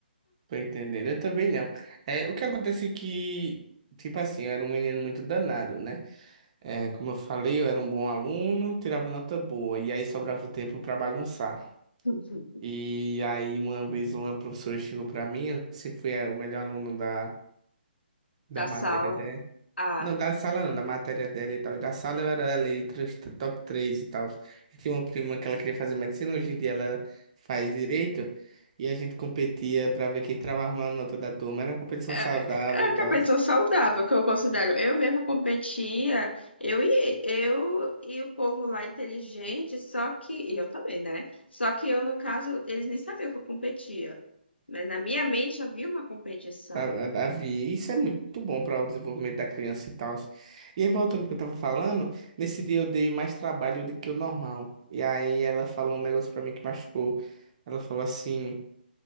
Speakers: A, on the right; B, on the left.
A: Tô entendendo. Eu também não. É, o que acontece é que, tipo assim, eu era um menino muito danado, né? É, como eu falei, eu era um bom aluno, tirava nota boa, e aí sobrava tempo pra bagunçar.
B: <laughs>
A: E aí, uma vez, uma professora chegou pra mim, eu sempre fui eh, o melhor aluno da, da
B: da
A: matéria
B: sala. Ah,
A: Não, da sala não, da matéria dela e tal. E da sala eu era ali entre os t- top 3 e tal. Eu tinha uma prima que ela queria fazer medicina, hoje em dia ela faz direito. E a gente competia pra ver quem tirava a maior nota da turma. Era uma competição
B: É
A: saudável
B: é
A: e
B: uma
A: tal.
B: competição saudável que eu considero. Eu mesma competia, eu e eu e o povo lá inteligente, só que e eu também, né? Só que eu, no caso, eles nem sabiam que eu competia. Mas na minha mente havia uma competição.
A: tá- Havia. Isso é muito bom para o desenvolvimento da criança e tal. E aí, voltando ao que eu tava falando, nesse dia eu dei mais trabalho do que o normal. E aí ela falou um negócio para mim que machucou. Ela falou assim.